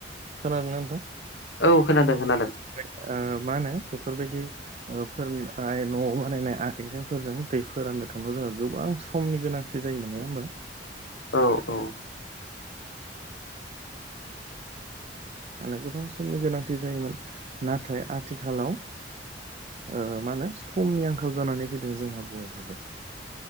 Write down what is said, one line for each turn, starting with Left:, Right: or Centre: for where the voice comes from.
Right: खोनादों ना नोंथां
Left: औ खोनादों खोनादों।
Right: ओ मा होनो बेफोरबायदि ओ फोरनाय न'आव बानायनाय आखाइजेंफोरजों दैफोराननो थांनायाव जोङो गोबां समनि गोनां थि जोमोन नोङा होमबा
Left: औ औ
Right: मानो गोबां समनि गोनांथि जायोमोन नाथाय आथिखालाव ओ मानो समनि आंखाल जानानै फैदों जोंहा बयहाबो।